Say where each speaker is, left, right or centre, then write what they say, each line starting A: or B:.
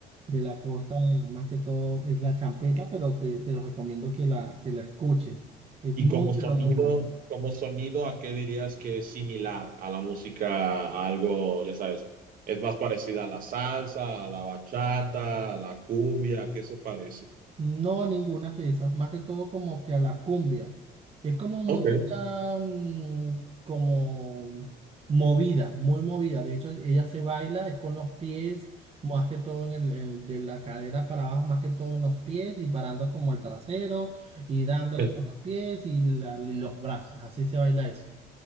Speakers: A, on the right; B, on the right.
A: de la costa más que todo es la champeta, pero te, te recomiendo que la, que la escuches. Es
B: Y
A: muy,
B: como
A: pero
B: sonido,
A: muy buena.
B: como sonido, ¿a qué dirías que es similar a la música, a algo, ya sabes, es más parecida a la salsa, a la bachata, a la cumbia, ¿a qué se parece?
A: No, ninguna de esas, más que todo como que a la cumbia. Es como música
B: Ok,
A: mm, como movida, muy movida. De hecho, ella se baila, es con los pies, más que todo en el, en- de la cadera para abajo, más que todo en los pies y parando como el trasero y dándole
B: <laughs>
A: con los pies y, la- y los brazos. Así se baila eso.